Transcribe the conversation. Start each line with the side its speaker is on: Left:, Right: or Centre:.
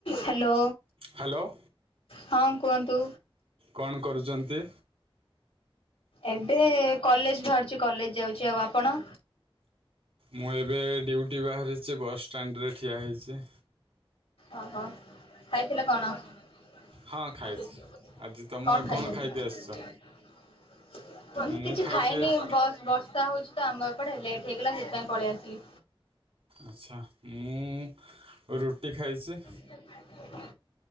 Left: ହାଲୋ।
Right: ହାଲୋ।
Left: ହଁ କୁହନ୍ତୁ।
Right: କଣ କରୁଚନ୍ତି?
Left: ଏବେ କଲେଜ୍ ବାହାରୁଚି କଲେଜ୍ ଯାଉଚି, ଆଉ ଆପଣ?
Right: ମୁଁ ଏବେ ଡ୍ୟୁଟି ବାହାରିଚି ବସ୍ ଷ୍ଟାଣ୍ଡରେ ଠିଆ ହେଇଚି।
Left: ଅ ହୋ ଖାଇଥିଲ କଣ? <unintelligible>
Right: ହଁ ଖାଇଛି ଆଜି ତମେ
Left: କଣ ଖାଇଚନ୍ତି?
Right: ଖାଇକି
Left: <unintelligible>
Right: ଆସିଛ ମୁଁ
Left: କିଛି
Right: ଖାଇକି
Left: ଖାଇନି
Right: ଆସି
Left: ବସ୍ ବର୍ଷା ହୋଉଚି ତ ଆମ ଏପଟେ ଲେଟ ହେଇଗଲା ସେଥିପାଇଁ ପଳେଇ ଆସିଲି
Right: ଆଚ୍ଛା ମୁଁ ରୁଟି ଖାଇଚି
Left: <inaudible>